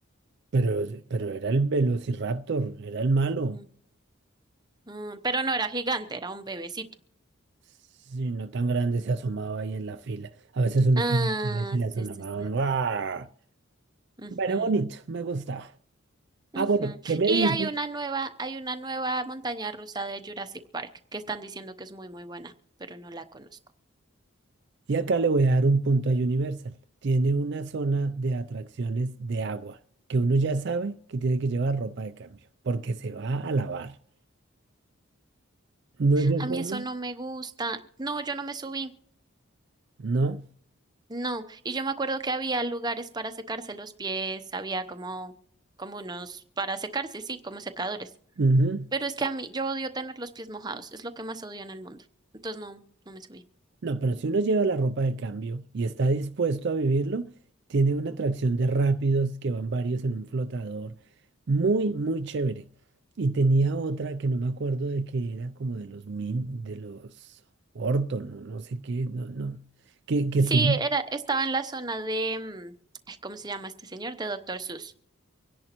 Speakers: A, on the right; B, on the right.
A: pero, pero era el Velociraptor, era el malo.
B: Ujú, mm, pero no era gigante, era un bebecito.
A: Si no tan grande se asomaba ahí en la fila. A veces uno
B: Ah,
A: estaba en la fila y se le asomaba.
B: sí, sí, sí.
A: ¡guau!
B: Ujú,
A: Bueno, bonito, me gustaba.
B: ujú.
A: Ah, bueno, ¿qué me
B: Y
A: dices?
B: hay una nueva, hay una nueva montaña rusa de Jurassic Park que están diciendo que es muy, muy buena, pero no la conozco.
A: Y acá le voy a dar un punto a Universal. Tiene una zona de atracciones de agua que uno ya sabe que tiene que llevar ropa de cambio porque se va a lavar. ¿No es de acuerdo?
B: A mí eso no me gusta. No, yo no me subí.
A: No.
B: No. Y yo me acuerdo que había lugares para secarse los pies, había como, como unos para secarse, sí, como secadores.
A: Ujú.
B: Pero es que a mí, yo odio tener los pies mojados, es lo que más odio en el mundo. Entonces no, no me subí.
A: No, pero si uno lleva la ropa de cambio y está dispuesto a vivirlo, tiene una atracción de rápidos que van varios en un flotador. Muy, muy chévere. Y tenía otra que no me acuerdo de que era como de los min, de los Orton, o no sé qué, no, no. Que, que
B: Sí,
A: subía.
B: era, estaba en la zona de, mm, ay, ¿cómo se llama este señor? De Doctor Seuss.